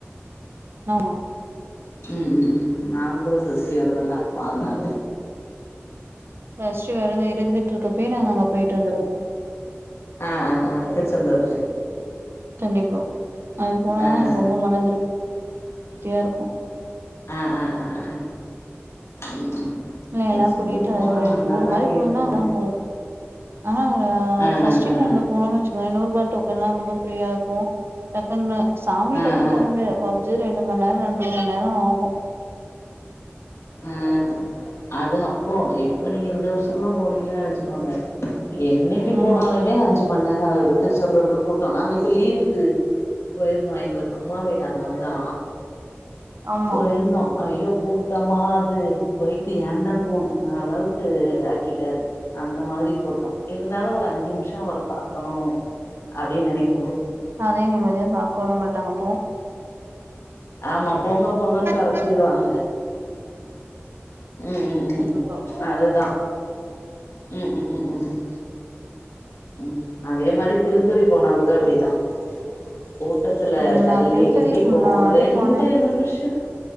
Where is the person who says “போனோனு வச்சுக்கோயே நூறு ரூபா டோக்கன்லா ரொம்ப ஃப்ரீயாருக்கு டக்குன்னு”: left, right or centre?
Right